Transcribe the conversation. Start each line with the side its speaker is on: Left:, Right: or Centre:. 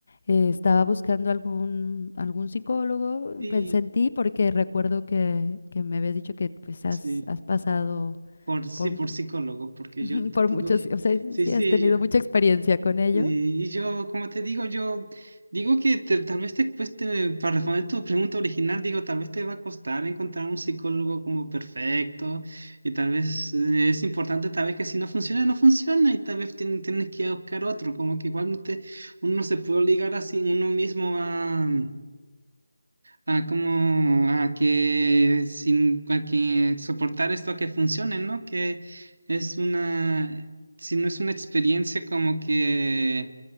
Left: eh, estaba buscando algún, algún psicólogo,
Right: Sí,
Left: pensé en ti porque recuerdo que, que me habías dicho que pues has,
Right: sí,
Left: has pasado
Right: por, sí,
Left: por
Right: por psicólogo, porque
Left: <laughs>
Right: yo te
Left: Por
Right: digo
Left: muchos,
Right: que...
Left: o sea, sí,
Right: Sí,
Left: sí
Right: sí,
Left: has tenido
Right: yo.
Left: mucha experiencia con ello.
Right: Y, y yo, como te digo, yo digo que te- tal vez te cueste, para responder tu pregunta original, digo, tal vez te va a costar encontrar un psicólogo como perfecto y tal vez eh, es importante, tal vez que si no funciona, no funciona y tal vez tien- tienes que ir a buscar otro, como que igual no te, uno no se puede obligar así uno mismo a a como a que sin a que soportar esto a que funcione, ¿no? Que es una si no es una experiencia como que